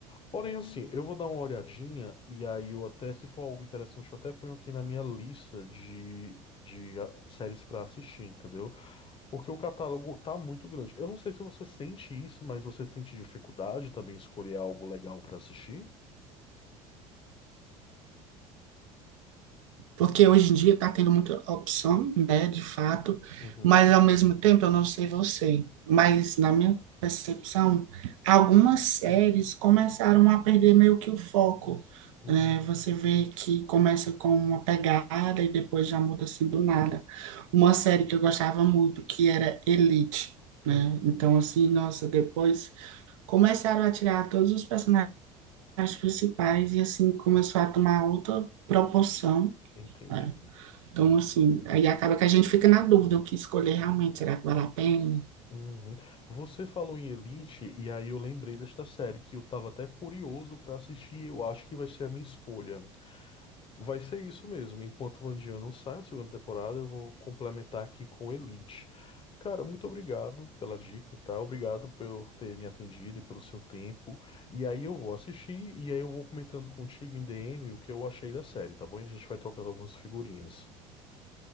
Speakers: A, on the left; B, on the right.
A: Porém, assim, eu vou dar uma olhadinha e aí eu até, se for algo interessante, eu até ponho aqui na minha lista de, de ah, séries para assistir, entendeu? Porque o catálogo tá muito grande. Eu não sei se você sente isso, mas você sente dificuldade também em escolher algo legal pra assistir?
B: Porque hoje em dia está tendo muita opção, né, de fato,
A: Uhum,
B: mas ao mesmo tempo, eu não sei você, mas na minha percepção, algumas séries começaram a perder meio que o foco,
A: uhum.
B: né? Você vê que começa com uma pegada e depois já muda assim do nada. Uma série que eu gostava muito, que era Elite,
A: Hum,
B: né? Então, assim, nossa, depois começaram a tirar todos os personagens as principais e assim começou a tomar outra proporção.
A: entendi.
B: né? Então, assim, aí acaba que a gente fica na dúvida o que escolher realmente, será que vale a pena?
A: Uhum. Você falou em Elite, e aí eu lembrei desta série que eu tava até curioso pra assistir. Eu acho que vai ser a minha escolha. Vai ser isso mesmo. Enquanto Vandian não sai a segunda temporada, eu vou complementar aqui com Elite. Cara, muito obrigado pela dica, tá? Obrigado por ter me atendido e pelo seu tempo. E aí eu vou assistir e aí eu vou comentando contigo em DM o que eu achei da série, tá bom? E a gente vai trocando algumas figurinhas.